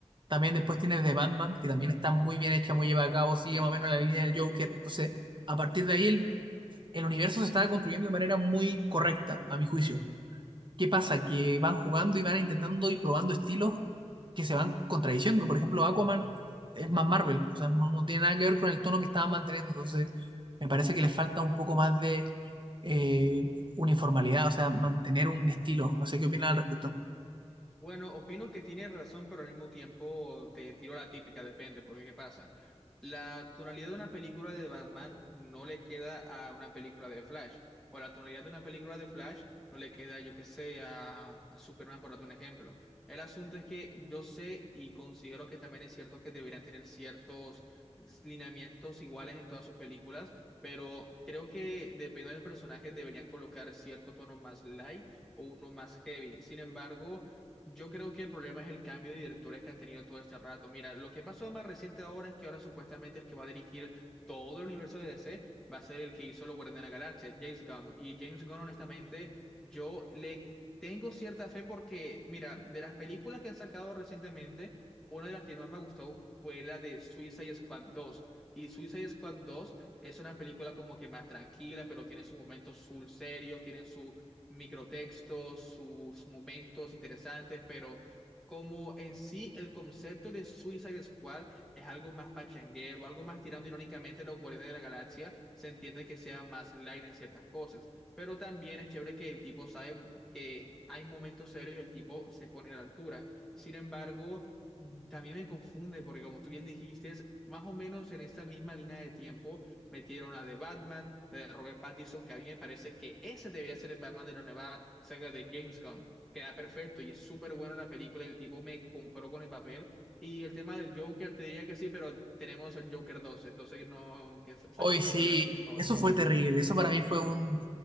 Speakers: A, on the right (about 45°); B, in the centre.
A: También después tienes The Batman, que también está muy bien hecha, muy lleva a cabo, sigue
B: buenísima.
A: más o menos la línea del Joker. Entonces, a partir de ahí el el universo se estaba construyendo de manera muy correcta, a mi juicio.
B: Ujú.
A: ¿Qué pasa? Que van jugando y van intentando y probando estilos que se van contradiciendo. Por ejemplo, Aquaman es más Marvel, o sea, no, no tiene nada que ver con el tono que estaba manteniendo. Entonces, me parece que le falta un poco más de eh, uniformidad, o sea, mantener un estilo. No sé qué opinan al respecto.
B: Bueno, opino que tiene razón, pero al mismo tiempo te tiro la típica, depende, porque ¿qué pasa? La tonalidad de una película de Batman no le queda a una película de Flash, o la tonalidad de una película de Flash no le queda, yo qué sé, a, a Superman, por otro ejemplo. El asunto es que yo sé y considero que también es cierto que deberían tener ciertos lineamientos iguales en todas sus películas, pero creo que dependiendo del personaje deberían colocar cierto tono más light o uno más heavy. Sin embargo, yo creo que el problema es el cambio de directores que han tenido todo este rato. Mira, lo que pasó más reciente ahora es que ahora supuestamente el que va a dirigir todo el universo de DC va a ser el que hizo Los Guardianes de la Galaxia, James Gunn. Y James Gunn, honestamente, yo le tengo cierta fe porque, mira, de las películas que han sacado recientemente, una de las que más me gustó fue la de Suicide Squad 2. Y Suicide Squad 2 es una película como que más tranquila, pero tiene sus momentos full serios, tiene sus microtextos, sus momentos interesantes, pero como en sí el concepto de Suicide Squad es algo más pachanguero, algo más tirando irónicamente a los Guardianes de la Galaxia, se entiende que sea más light en ciertas cosas, pero también es chévere que el tipo sabe que hay momentos serios y el tipo se pone a la altura. Sin embargo, mm, también me confunde porque como tú bien dijiste, es más o menos en esta misma línea de tiempo metieron a de Batman, la de Robert Pattinson, que a mí me parece que ese debería ser el Batman de la nueva saga de James Gunn. Queda perfecto y es súper buena la película, el tipo me compró con el papel. Y el tema del Joker, te diría que sí, pero tenemos el Joker 2 entonces no, que sa- saque
A: Hoy
B: un
A: sí,
B: nuevo Joker, por favor.
A: eso fue terrible. Eso para mí fue un,